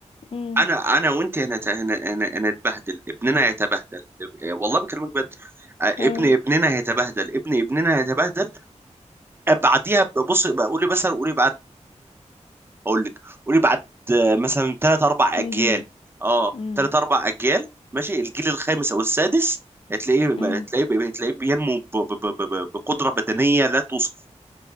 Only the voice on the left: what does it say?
امم
اه
كام
جيل
امم
امم